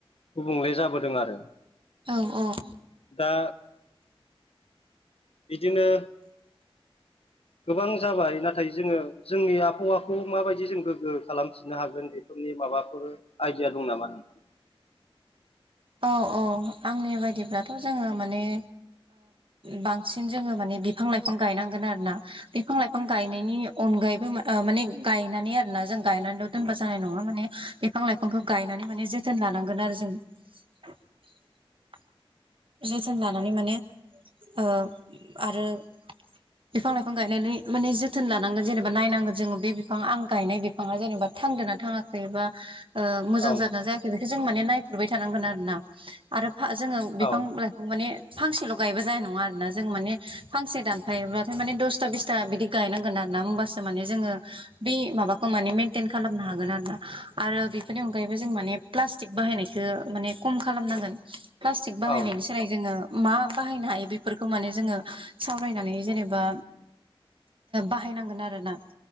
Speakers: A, on the left (about 75°); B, on the right (about 60°).
A: गुबुंले जाबोदों आरो
B: औ औ
A: दा बिदिनो गोबां जाबाय नाथाय जोङो जोंनि आबहावाखौ माबायदि जों गोग्गो खालामफिननो हागोन बे फोरनि माबाफोर आइडिया दं नामा नोंथां
B: औ औ आंनि बायदिब्लाथ' जोङो माने बांसिन जोङो माने बिफां लाइफां गायनांगोन आरोना बिफां लाइफां गायनायनि अनगायैबो माने गायनानै आरोना जों गायनानैल' दोनबा जानाय नङा माने बिफां लाइफांखौ गायनानै माने जोथोन लानांगोन आरो जों <inaudible> जोथोन लानानै माने ओ आरो बिफां लाइफां गायनानै माने जोथोन लानांगोन जेनेबा नायनांगोन जोङो बे बिफां आं गायनाय बिफां बे फाङा जेनेबा थांदों ना थाङाखैबा मोजां
A: औ
B: जा जादों ना जायाखै बेखौ जों माने नायफ्रेबाय थानांगोन आरो ना आरो जोङो बिफां
A: औ
B: लाइफां माने फांसेल' गायबा जानाय नङा आरो ना जों माने फांसे दानफायोब्लाथाय माने दस था बिसथा बिदि गायनांगोन आरो ना होनबासो माने जोङो बे माबाखौ माने मेनटइेन खालामनो हागोन आरो ना आरो बेफोरनि अनगायैबो जों माने प्लास्टिक बाहायनायखौ माने खम खालामनांगोन प्लास्टिक बाहायनायनि
A: औ
B: सोलाय जोङो मा बाहायनो हायो बेफोरखौ माने जोङो सावरायनानै जेनेबा बाहायनांगोन आरोना